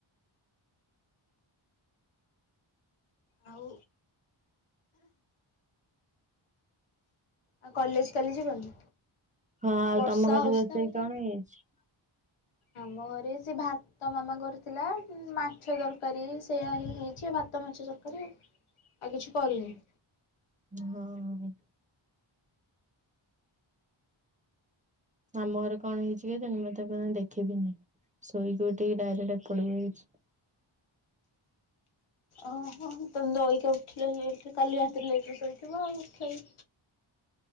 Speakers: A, on the left; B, on the right.
A: ଆଉ ଆଉ କଲେଜ୍ କାଲି ଯିବନି?
B: ହଁ ଆଉ
A: ବର୍ଷା
B: ତମ ଘରେ
A: ହଉଛି
B: ରୋଷେଇ
A: ତ ଏମିତି
B: କଣ ହେଇଛି?
A: ଆମ ଘରେ ସେ ଭାତ ମାମା କରୁଥିଲା ମାଛ ତର କାରୀ ସେଇୟା ହିଁ ହେଇଛି ଭାତ ମାଛ ତରକାରୀ ଆଉ, ଆଉ କିଛି କରିନି।
B: ହଁ ଅ ଆମ ଘରେ କଣ ହେଇଛି କେଜାଣି? ମୁଁ ତାକୁ ଆଉ ଦେଖି ବି ନାହିଁ। ଶୋଇକି ଉଠିକି ଡାଇରେକ୍ଟ ଏପଟକୁ ହେଇଛି।
A: ଓହୋ <unintelligible> ଲେଟ୍ ରେ, କାଲି ରାତିରେ ଲେଟ ରେ ଶୋଇଥିବ ଆଉ ଖେଳି